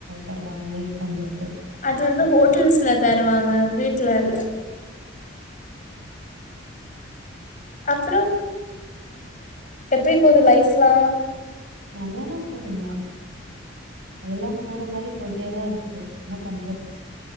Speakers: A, on the right; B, on the left.
A: தருவாங்களே கொஞ்சோ
B: அது வந்து ஹோட்டெல்ஸ்ல தருவாங்க வீட்டுல இல்ல அப்றோ எப்படி போகுது லைஃப்லா
A: நல்லாதான் போதுங்க அதெல்லா பொற மாறி போயிட்டேதான் இருக்குது என்னா பண்றது